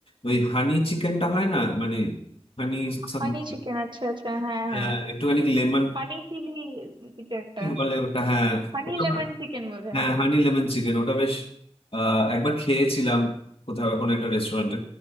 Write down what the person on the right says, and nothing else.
হানি চিকেন আচ্ছা আচ্ছা হ্যাঁ
হ্যাঁ
হানি চিলি কিছু একটা
হানি
লেমন চিকেন বোধহয়